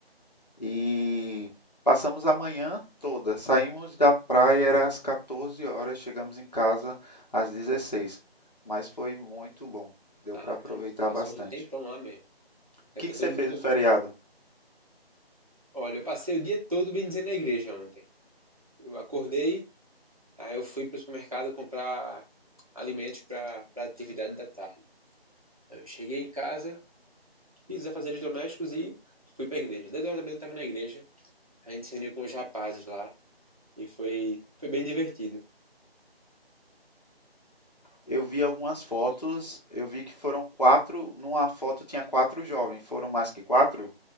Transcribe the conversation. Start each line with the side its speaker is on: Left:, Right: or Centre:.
Left: E passamos a manhã toda. Saímos da praia era às 14 horas, chegamos em casa às 16. Mas foi muito bom. Deu
Right: Ah,
Left: para aproveitar
Right: então passou
Left: bastante.
Right: um tempão
Left: O
Right: lá mesmo. Deve
Left: que
Right: ter
Left: que
Right: todo
Left: você fez
Right: mundo.
Left: no feriado?
Right: Olha, eu passei o dia todo bem dizer na igreja ontem. Eu acordei Aí eu fui para o supermercado comprar alimentos para a atividade da tarde. Eu cheguei em casa, fiz os afazeres domésticos e fui para a igreja. 10 horas da manhã eu estava na igreja. A gente se reuniu com os rapazes lá e foi, foi bem divertido.
Left: Eu vi algumas fotos, eu vi que foram quatro, numa foto tinha quatro jovens, foram mais que quatro?